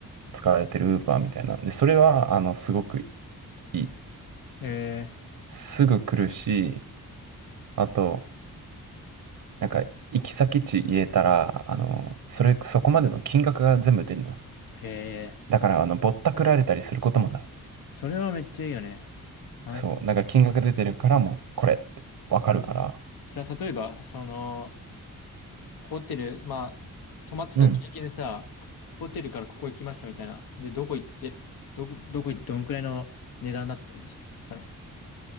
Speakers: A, on the right; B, on the left.
A: 使われてるウーバーみたいなんで、それは、あの、すごくいい。
B: え
A: すぐ来るし、あと、なんか、行き先地入れたら、あの、それ、そこまでの金額が全部出るのよ。
B: ー、え
A: だから、あの、ぼったくられたりすることもない。
B: ー、それはめっちゃいいよね。安心。
A: そう。なんか、金額出てるから、もう、これってわかるから。
B: じゃあ、例えば、その、ホテル、まあ、泊まってた経験でさ、
A: うん。
B: ホテルからここ行きましたみたいな。で、どこ行って、どこ、どこ行って、どんくらいの値段だったりしたの